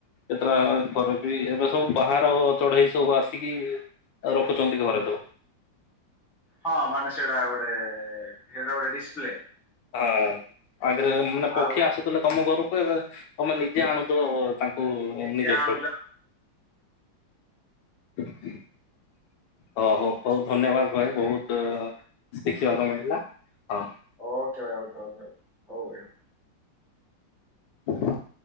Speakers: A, on the left (about 80°); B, in the centre.
A: ଏଥଟା ଖରେ ବି ଏବେ ସବୁ ବାହାର ଚଢେଇ ସବୁ ଆସିକି? ରଖୁଛନ୍ତି ଘରେ ଯୋଉ
B: ହଁ ମାନେ ସେଇଟା ଗୋଟେ ଜଣେ ବଢ ଡିସପ୍ଲେ
A: ହଁ ଆଗରେ ମାନେ ପକ୍ଷୀ
B: ଆଉ
A: ଆସୁଥିଲେ ତମ ଘରକୁ ଏବେ ତମେ ନିଜେ ଆଣୁଛୁ ତାଙ୍କ ଓ
B: ନିଜେ
A: ଅନି ଜଳ
B: ଆଣୁଛ
A: ହଁ ହଉ ବହୁତ ଧନ୍ୟବାଦ ଭାଇ ବହୁତ୍। ଶିଖିବାକୁ ମିଳିଲା ହଉ।
B: ଓକେ ଭାଇ ଆଉ ହଉ ଭାଇଉ।
A: ହ <inaudible>